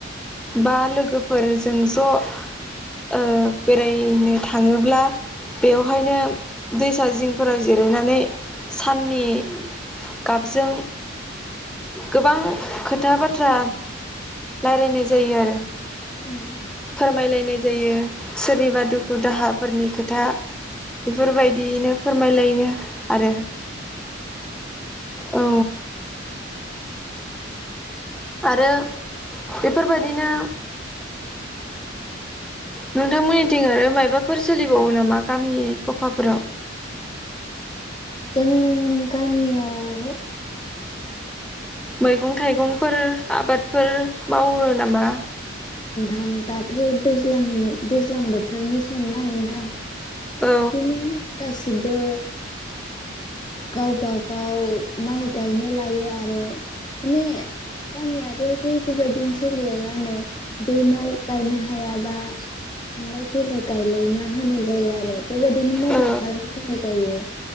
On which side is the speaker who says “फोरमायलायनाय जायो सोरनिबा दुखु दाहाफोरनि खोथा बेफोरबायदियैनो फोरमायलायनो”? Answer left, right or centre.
Centre